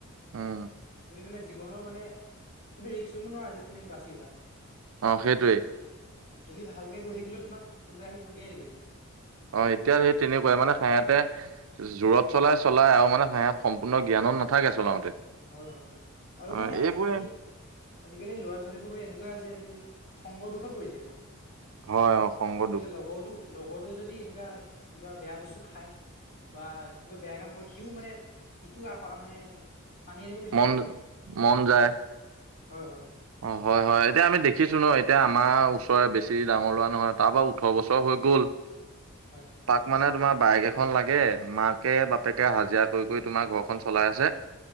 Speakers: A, on the right (about 75°); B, on the left (about 45°).
A: হুম,
B: তুমি মানে জীৱনৰ মানে তুমি ৰিস্ক ল'ব নোৱাৰা যে তুমি বাচিবা।
A: অ সেইটোৱেই।
B: তুমি ভালে গৈ থাকিলেও তোমাক কোনোবাই আহি খুন্দিয়াই দিবহি।
A: অ এতিয়া সেই তেনেকুৱাই মানে সেহেত, প্ৰায় জোৰত চলাই চলাই আৰু মানে সেয়া সম্পূৰ্ণ জ্ঞানত নাথাকে চলাওঁতে।
B: হয় হয় আৰু
A: অ
B: মানে
A: এইবোৰে
B: আজিকালি। আজিকালি ল'ৰা ছোৱালীবোৰ মানে এনেকুৱা হৈছে এইটো সংগৰ দোষত পৰিছে।
A: হয় অ সংগ দোষ
B: এতিয়া লগৰটো লগৰটো যদি এনেকুৱা কিবা বেয়া বস্তু খায়। বা কিবা বেয়া কাম কৰে সিও মানে ইটো আ মানে। টানি আনিব বিচাৰিম
A: মন
B: লগত
A: মন যায়
B: হয় হয়।
A: অ হয় হয় এতিয়া আমি দেখিছোঁ ন এতিয়া আমাৰ ওচৰে বেছি ডাঙৰ ল'ৰা নহয় তাৰবাও ওঁঠৰ বছৰ হৈ গ'ল। <inaudible>
B: হয়।
A: তাক মানে তোমাৰ বাইক এখন লাগে মাকে বাপেকে হাজিৰা কৰি কৰি তোমাৰ ঘৰখন চলাই আছে।